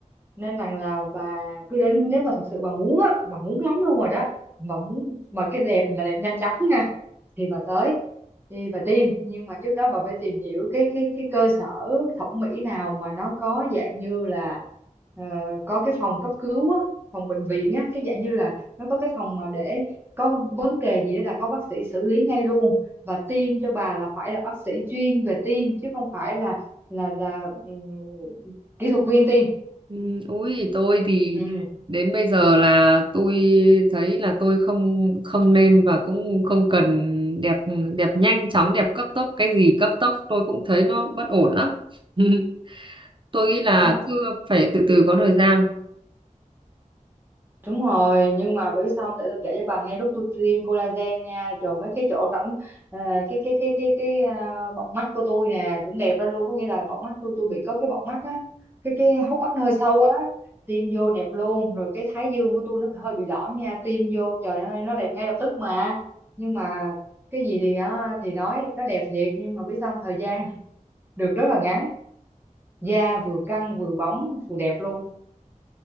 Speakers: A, on the right; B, on the right.
A: nên rằng là bà cứ đến nếu mà thật sự bà muốn á bà muốn lắm luôn rồi đó bà muốn mà cái đẹp là đẹp nhanh chóng nha thì bà tới đi bà tìm nhưng mà trước đó bà phải tìm hiểu cái cái cái cơ sở thẩm mỹ nào mà nó có dạng như là ờ, có cái phòng cấp cứu á phòng bệnh viện á cái dạng như là nó có cái phòng mà để có vấn đề gì đó là có bác sĩ xử lý ngay luôn và tiêm cho bà là phải là bác sĩ chuyên về tiêm chứ không phải là là là ừm, kỹ thuật viên tiêm
B: ừ, ui tôi thì
A: ừ.
B: đến bây giờ là tôi thấy là tôi không không nên và cũng không cần đẹp đẹp nhanh chóng đẹp cấp tốc cái gì cấp tốc tôi cũng thấy nó bất ổn lắm <laughs> tôi nghĩ là
A: đó
B: cứ phải từ từ có thời gian
A: đúng rồi nhưng mà bởi sao không? tại tôi kể cho bà nghe lúc tôi tiêm collagen nha trời mấy cái chỗ rãnh à, cái cái cái cái cái à, bọng mắt của tôi nè cũng đẹp ra luôn có nghĩa là bọng mắt tôi tôi bị có cái bọng mắt á cái cái hốc mắt hơi sâu á tiêm vô đẹp luôn rồi cái thái dương của tôi nó hơi bị lõm nha tiêm vô trời ơi nó đẹp ngay lập tức mà nhưng mà cái gì thì á, thì nói nó đẹp thiệt nhưng mà biết sao không? thời gian <laughs> được rất là ngắn da vừa căng vừa bóng vừa đẹp luôn